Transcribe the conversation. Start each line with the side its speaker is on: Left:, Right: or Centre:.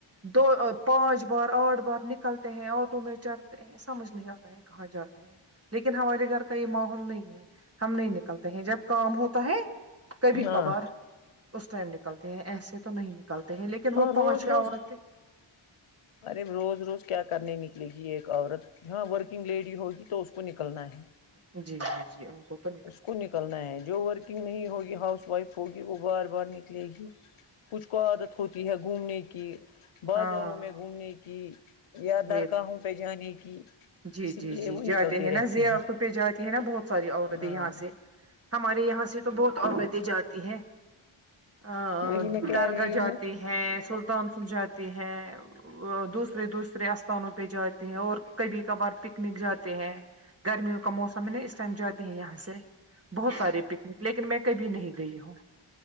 Right: دو پانچ بار آٹھ بار نک نکلتے ہیں آٹو میں چڑھتے ہیں سب مجھ نہیں پتا ہے کہاں جاتے ہیں لیکن ہمارے گھر کا یہ ماحول نہیں ہے ہم نہیں نکلتے ہیں جب کام ہوتا ہے کبھی
Left: ہاں
Right: کا بار اس ٹائم نکلتے ہیں ایسے تو تو نہیں نکلتے ہیں لیکن وہ
Left: ہاں
Right: پانچ
Left: روز
Right: چھ
Left: روز
Right: عورتیں
Left: ارے روز روز کیا کرنے نکلیے گی ایک عورت ہاں ورکنگ لیڈی ہوگی تو اس کو نکلنا ہے
Right: جی جی جی ان کو تو
Left: اس کو نکلنا ہے جو ورکنگ نہیں ہوگی ہاؤس وائف ہوگی وہ بار بار نکلے گی کچھ کو عادت ہوتی ہے گھومنے کی بازاروں
Right: ہاں
Left: میں گھومنے کی یا درگاہوں
Right: یہ
Left: پہ جانے کی
Right: جی
Left: اسی
Right: جی
Left: لیے
Right: جی
Left: وہ نکلتی
Right: جاتے ہیں
Left: رہتی
Right: نا زیارتوں
Left: ہے
Right: پہ جاتے ہیں نا بہت ساری عورتیں
Left: ہاں
Right: یہاں سے ہمارے یہاں سے تو بہت عورتیں جاتی ہیں آا
Left: وہی میں کہہ
Right: درگاہ
Left: رہی
Right: جاتی
Left: ہوں
Right: ہے سلطان سل جاتی ہے دوسرے دوسرے استھانوں پہ جاتے ہیں اور کبھی کا بار پکنک جاتے ہیں گرمیوں کا موسم ہے نا اس ٹائم جاتے ہیں یہاں بہت سارے پکنک لیکن میں کبھی نہیں گئی ہوں